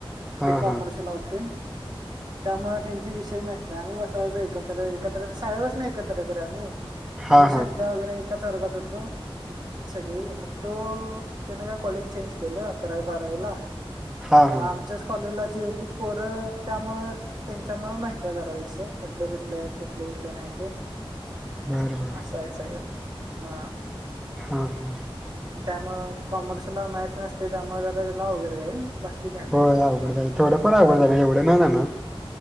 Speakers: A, in the centre; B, on the right.
A: हां,
B: ते कॉमर्स
A: हां.
B: ला होते. त्यामुळे त्यांचा विषय माम् एकत्र एकत्र शाळे बस नाही एकत्र कर आम्ही
A: हां,
B: आम्ही स्या
A: हां.
B: वगैरे. वर्गात होतो सगळी मग तो त्याने का कॉलेज चेंज केलं अकरावी बारावीला
A: हां, हां.
B: मम <inaudible> कॉलेजला जे होत पोर त्यामुळे त्यांच्यामुळे माहती जराविषय कुठले कुठले आहेत कुठले कुठले नाही ते
A: बरं, बरं.
B: असं आहे सगळं ह
A: हा हा
B: त्यामुळे कॉमर्सला मॅथस नसते त्यामुळे आता त्याला वघड जाईल बाकी काय नाही
A: होय अवघड जा थोडंफार अवघड जाण एवढं नाही जाण